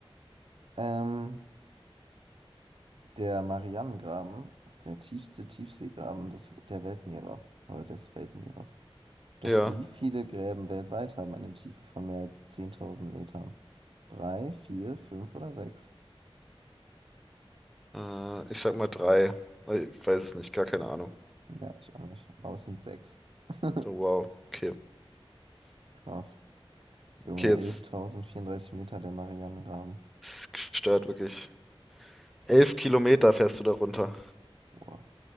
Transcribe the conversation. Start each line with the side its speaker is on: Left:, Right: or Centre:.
Right: Ähm, der Marianengraben ist der tiefste Tiefseegraben des, der Weltmeere oder des Weltmeeres. Doch
Centre: Ja,
Right: wie viele Gräben weltweit haben eine Tiefe von mehr als 10.000 Metern? Drei, vier, fünf oder sechs?
Centre: äh, ich sag mal drei. Äh, Ich weiß es nicht, gar keine Ahnung.
Right: Ja, ich auch nicht. Aber es sind sechs. <laughs>
Centre: Oh, wow, okay.
Right: Krass. Junge,
Centre: Okay, jetzt
Right: 11.034 Meter der Marianengraben.
Centre: ist gestört wirklich. Elf Kilometer fährst du da runter.
Right: Boah.